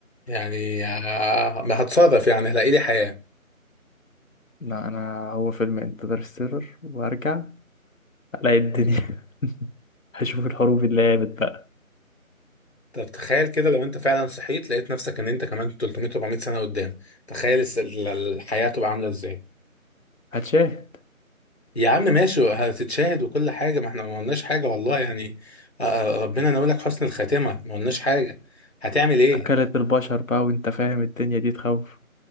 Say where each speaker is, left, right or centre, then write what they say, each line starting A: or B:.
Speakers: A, on the left (about 50°); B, on the left (about 65°).
A: يعني آه هتصادف يعني هلاقي لي حياه
B: لا انا هو فيلم انترستيلر وارجع الاقي الدنيا <laughs> هشوف الحروب اللي قامت بقى
A: طب تخيل كده لو انت فعلا صحيت لقيت نفسك ان انت كمان 300 400 سنة قدام تخيل الس- ال- الحياة تبقى عاملة ازاي
B: هتشاهد
A: يا عم ماشي هتتشاهد وكل حاجة ما احنا ما قلناش حاجة والله يعني آه، ربنا ناوي حسن الخاتمة ما قلناش حاجة هتعمل ايه
B: اكلت البشر بقى وانت فاهم الدنيا دي تخوف